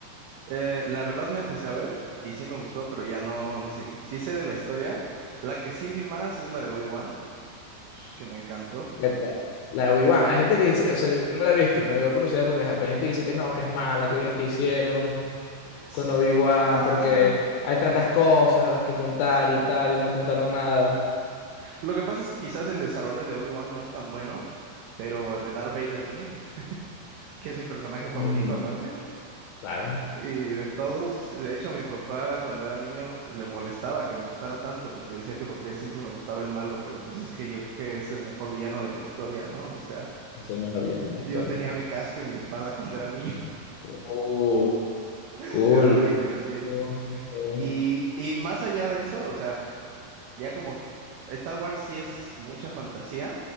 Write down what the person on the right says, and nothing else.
Eh, la verdad la empecé a ver y sí me gustó, pero ya no le seguí. Sí sé de la historia. La que sí vi más es la de Obi-Wan, que me encantó.
Ts-
Ah,
Lo que pasa es que quizás el desarrollo de Obi-Wan no es tan bueno, pero el de Darth Vader sí, <laughs> que es mi personaje favorito
aparte,
y de todos. De hecho, mi papá cuando era niño le molestaba que me gustara tanto, porque decía que porque siempre me gustaba el malo, pero pues es que yo creo que es el mejor villano de la historia, ¿no? O sea,
yo tenía mi casco y mi espada <laughs> cuando era niño
<laughs>
de Darth Vader, sí.
Y, y más allá de eso, o sea... Ya como Star Wars sí es mucha fantasía,